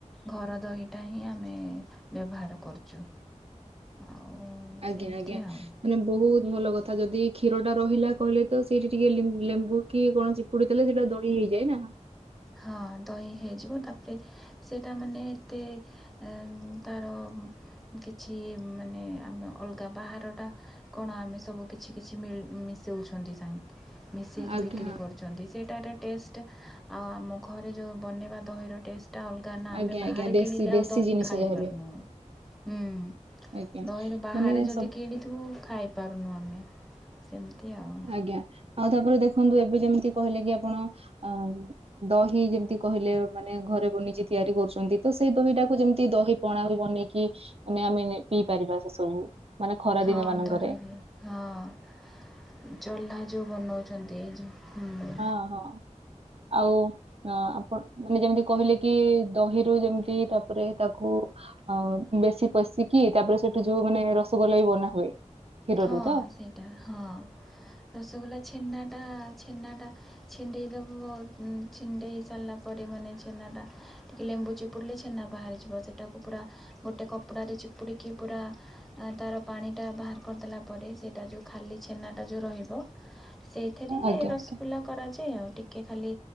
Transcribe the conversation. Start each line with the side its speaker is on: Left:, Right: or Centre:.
Centre: ଘର ଦହିଟା ହିଁ ଆମେ ବ୍ୟବହାର କରୁଛୁ। ଆଉ
Right: ଆଜ୍ଞା
Centre: ସେମିତି
Right: ଆଜ୍ଞା।
Centre: ଆଉ
Right: ମାନେ ବହୁତ ଭଲ କଥା ଯଦି କ୍ଷୀର ଟା ରହିଲା କହିଲେ ତ ସେଇଠି ଟିକେ ଲେମ୍ବୁ କି କଣ ଚିପୁଡିଦେଲେ ସେଇଟା ଦହି ହେଇଯାଏ ନା।
Centre: ହଁ ଦହି ହେଇଯିବ ତାପରେ ସେଇଟା ମାନେ ଏତେ ଏ ତାର କିଛି ମାନେ ଆମେ ଅଲଗା ବାହାରଟା କଣ ଆମେ ସବୁ କିଛି କିଛି ମିଲ ମିଶଉଛନ୍ତି ସାଙ୍ଗେ ମିଶେଇକି
Right: ଆଜ୍ଞା
Centre: ବିକ୍ରି କରୁଛନ୍ତି ସେଇଟାର ଟେଷ୍ଟ୍ ଆଉ ଆମ ଘରେ ଯେଉଁ ବନେଇବା ଦହିର ଟେଷ୍ଟ୍ ଟା ଅଲଗା ନା ଆମେ
Right: ଆଜ୍ଞା
Centre: ବାହାରେ
Right: ଆଜ୍ଞା ଦେଶୀ
Centre: କିଣିଲେ ଆଉ
Right: ଦେଶୀ
Centre: ଦହି
Right: ଜିନିଷ
Centre: ଖାଇ
Right: ଯାହାବି
Centre: ପାରୁନୁ ହୁଁ।
Right: ଆଜ୍ଞା
Centre: ଦହିରୁ ବାହାରେ
Right: ମାନେ
Centre: ଯଦି
Right: ସବୁ
Centre: କିଣିଥିବୁ ଖାଇବୁ। ପାରୁନୁ ଆମେ ସେମିତି ଆଉ।
Right: ଆଜ୍ଞା ଆଉ ତାପରେ ଦେଖନ୍ତୁ ଏବେ ଯେମିତି କହିଲେ କି ଆପଣ ଅ ଦହି ଯେମିତି କହିଲେ ମାନେ ଘରେ ବନିଛିି ତିଆରି କରୁଛନ୍ତି ତ ସେଇ ଦହିଟାକୁ ଯେମିତି ଦହି ପଣା ବି ବନେଇକି ମାନେ ଆମେ ପିଇ ପାରିବା ସେ ସବୁ ମାନେ ଖରା
Centre: ହଁ
Right: ଦିନ ମାନଙ୍କରେ।
Centre: ଦହିରେ ହଁ ଚହ୍ଲା ଯୋଉ ବନଉଛନ୍ତି ଏ ଯୋଉ ହୁଁ।
Right: ହ ହଁ ଆଉ ହଁ ଆପଣ ମାନେ ଯେମିତି କହିଲେ କି ଦହିରୁ ଯେମିତି ତାପରେ ତାକୁ ହଁ ବେଶୀ ପଶିକି ତାପରେ ସେଇଠୁ ଯୋଉ ମାନେ ରସଗୋଲା ବି ବନା ହୁଏ। କ୍ଷୀରରୁ
Centre: ହଁ
Right: ତ
Centre: ସେଇଟା ହଁ ରସଗୋଲା ଛେନାଟା ଛେନାଟା ଛିଣ୍ଡେଇଦବୁ ଛିଣ୍ଡେଇ ସାରିଲା ପରେ ମାନେ ଛେନା ଟା। ଟିକେ ଲେମ୍ବୁ ଚିପୁଡ଼ିଲେ ଛେନା ବାହାରିଯିବ ସେଟାକୁ ପୁରା ଗୋଟେ କପଡାରେ ଚିପୁଡ଼ିକି ପୁରା ଆଉ ତାର ପାଣି ଟା ବାହାର କରି ଦେଲା ପରେ ସେଟା ଯୋଉ ଖାଲି ଛେନାଟା ଯୋଉ ରହିବ ସେଇଥିରେ
Right: ଆଜ୍ଞା
Centre: ରସଗୋଲା
Right: ଆଜ୍ଞା
Centre: କରାଯାଏ ଆଉ ଟିକେ ଖାଲି